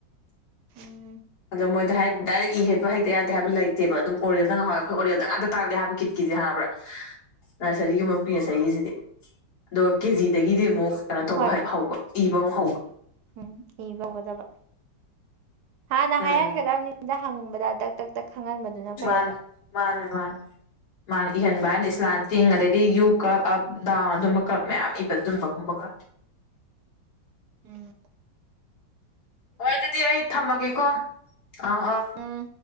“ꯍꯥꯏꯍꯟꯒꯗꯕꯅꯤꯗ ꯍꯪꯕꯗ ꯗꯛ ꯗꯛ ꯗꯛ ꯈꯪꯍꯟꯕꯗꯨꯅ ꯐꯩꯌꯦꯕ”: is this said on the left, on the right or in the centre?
Right